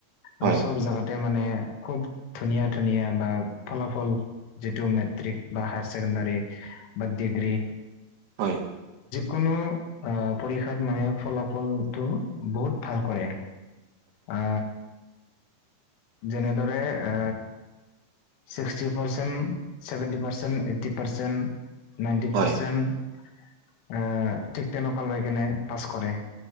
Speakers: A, on the right; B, on the left.
A: হয়
B: অ চব জাগাতে মানে খুব ধুনীয়া ধুনীয়া বা ফলাফল যিটো মেট্ৰিক বা হায়াৰ চেকেণ্ডাৰী বা ডিগ্ৰী
A: হয়
B: কোনো অ পৰীক্ষাত মানে ফলাফলটো বহুত ভাল কৰে আ যেনেদৰে এ sixty percent seventy percent eighty percent ninety
A: হয়
B: পাৰ্চেণ্ট এ ঠিক তেনেকুৱা লৈ কেনে পাছ কৰে